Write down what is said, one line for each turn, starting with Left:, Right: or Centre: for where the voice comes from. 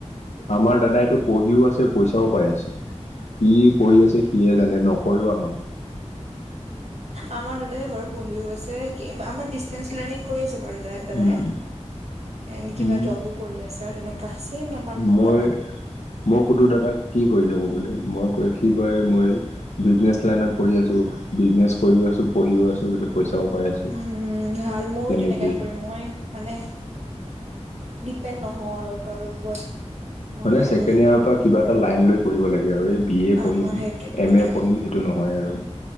Left: আমাৰ দাদাইটো পঢ়িও আছে পইচা। ও পাই আছে কি পঢ়ি আছে সিয়হে জানে নকৈও আমাক।
Right: আমাৰ দাদাই বাৰু পঢ়িও আছে কি আমাৰ ডিচটেন্স লাৰ্ণিং কৰি আছে। বাৰু দাদাই দাদাই
Left: উম
Right: এনে কিবা
Left: উম
Right: যবো কৰি আছে আৰু তেনেকা। চেম আমাৰ
Left: মই
Right: দাদাও।
Left: মই সুধো দাদাক। কি কৰি যাব বোলে মই কৈ কি কয় মই বিজনেচ লাইনত পঢ়ি আছো বিজনেচ কৰি। আছো পঢ়ও আছো। পইচাও পাই আছো
Right: উম ভাল ময়
Left: তেনেকেই
Right: তেনেকাই কৰিম মই মানে। ডিপেণ্ড নহও আৰু কাৰো। ওপৰত। মন
Left: মানে
Right: নাই
Left: ছেকেণ্ড
Right: মোৰ
Left: ইয়াৰৰ পৰা কিবা এটা লাইন লৈ পঢ়িব লাগে। আৰু বি এ
Right: অ
Left: পঢ়িম
Right: সেইটোৱে সেইটোৱে
Left: এম এ পঢ়িম সেইটো নহয় আৰু।